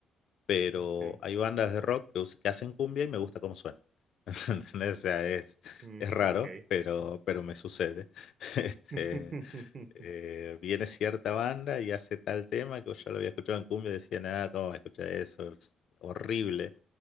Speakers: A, on the left; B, on the right.
A: pero
B: okay
A: hay bandas de rock que, us- que hacen cumbia y me gusta cómo suena. <laughs> ¿entendés? O sea, es,
B: mm,
A: es raro,
B: ok.
A: pero, pero me sucede. <laughs> Este,
B: <laughs>
A: eh, viene cierta banda y hace tal tema que yo lo había escuchado en cumbia y decía, nada, ¿cómo va a escuchar eso? Es horrible.